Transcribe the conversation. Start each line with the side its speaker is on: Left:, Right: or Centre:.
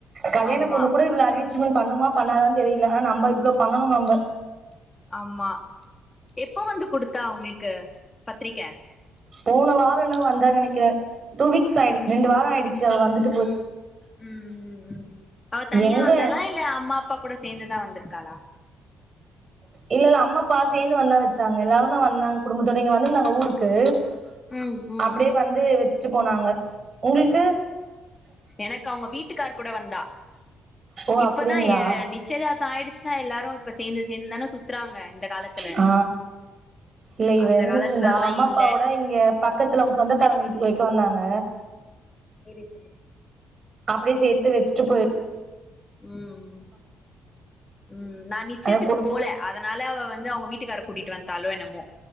Right: கல்யாண
Left: ஆமா
Right: பொண்ணு கூட இவ்ளோ அரேஞ்மெண்ட் பண்ணுமா பண்ணாதா தெரியல ஆனா நம்ப இவ்ளோ பண்ணணு நம்ப
Left: ஆமா எப்ப வந்து குடுத்தா அவுங்களுக்கு பத்திரிக்க
Right: போன வாரனு வந்தா நெனைக்கிறே டூ வீக்ஸ் ஆயிடு ரெண்டு வார ஆயிடுச்சு அவ வந்துட்
Left: ம் ம் ம் ம் அவ தனியா
Right: எங்க
Left: வந்தாளா இல்ல அம்மா அப்பா கூட சேந்துதா வந்திருக்காளா
Right: இல்லல்ல அம்மாப்பா சேந்து வந்தா வச்சாங்க எல்லாரு தா வந்தாங்க குடும்பத்தோட இங்க வந்திருந்தாங்க ஊர்க் கு
Left: ம் ம்
Right: அப்டியே வந்து வச்சிட்டு போனாங்க உங்களுக்கு
Left: எனக்கு அவுங்க வீட்டுக்கார் கூட வந்தா
Right: ஓ
Left: இப்பதா
Right: அப்டிங்களா
Left: ஏ நிச்சயதார்த்தோ ஆயிடுச்சுன்னா எல்லாரு இப்ப சேந்து சேந்துதானே சுத்துறாங்க இந்த காலத்துல
Right: ஆ இல்ல இவ
Left: அந்த
Right: இருந்துட்டு
Left: காலத்துல
Right: இருந்தா
Left: அதெல்லா
Right: அம்மா
Left: இல்ல
Right: அப்பாவோட இங்க பக் பக்கத்துல அவுங்க சொந்தக்காரங்க வீட்டுக்கு வைக்க வந்தாங்க
Left: செரி செரி
Right: அப்டியே சேத்து வச்சுட்டு போயி
Left: ம் ம் ம் நா நிச்சயத்துக்கு
Right: அதா குடும்ப
Left: போல அதனால அவ வந்து அவுங்க வீட்டுக் கார கூட்டிட்டு வன்டாலோ என்னமோ